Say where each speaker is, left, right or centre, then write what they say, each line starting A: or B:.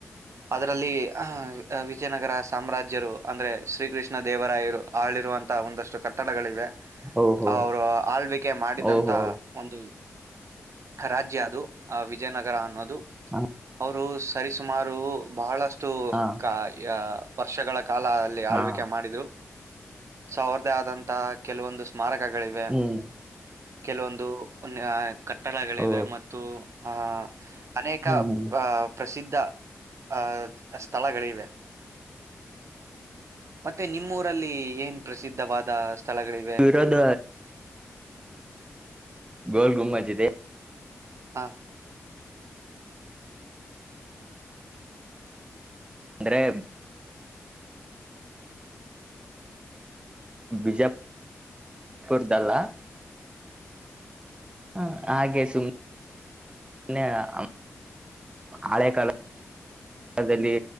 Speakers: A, on the right; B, on the right.
A: ಅದರಲ್ಲಿ ವಿಜಯನಗರ ಸಾಮ್ರಾಜ್ಯರು ಅಂದ್ರೆ ಶ್ರೀಕೃಷ್ಣ ದೇವರಾಯರು ಆಳಿರುವಂತಹ ಒಂದ ಕಟ್ಟಡಗಳಿವೆ
B: ಓಹೋ
A: ಅವರು ಆಳ್ವಿಕೆ ಮಾಡಿದಂತ
B: ಓಹೋ
A: ಒಂದು ರಾಜ್ಯ ಅದು ಆ ವಿಜಯನಗರ ಅನ್ನೋದು
B: ಹ
A: ಅವರು ಸರಿಸುಮಾರು ಬಹಳಷ್ಟು
B: ಹಾ
A: ಕ ಯಾ ವರ್ಷಗಳ ಕಾಲ ಅಲ್ಲಿ ಆಳ್ವಿಕೆ
B: ಹಾ
A: ಮಾಡಿದ್ರು ಸಾವಿರ್ದ ಆದಂತ ಕೆಲವೊಂದು ಸ್ಮಾರಕ ಗಳಿವೆ
B: ಹ್ಮ್
A: ಕೆಲವೊಂದು ಕಟ್ಟಡಗಳಿವೆ
B: ಓ
A: ಮತ್ತು ಆ ಅನೇಕ
B: ಹ್ಮ್
A: ಅ ಪ್ರಸಿದ್ಧ. ಆ ಸ್ಥಳಗಳಿವೆ. ಮತ್ತೆ ನಿಮ್ಮೂಊರಲ್ಲಿ ಏನ್ ಪ್ರಸಿದ್ಧವಾದ. ಸ್ಥಳಗಳಿವೆ
B: ವಿರೋಧ. ಗೋಲ್ ಗುಮಜದೆ
A: ಹಾ.
B: ಅಂದ್ರೆ ಬಿಜಾಪಪುರ್ದಲ್ಲ ಹಾ ಹಾಗೆ ಸುಮ್ಮ. ಮನ್ನ ಹಳೆಕಾಲದಲ್ಲಿ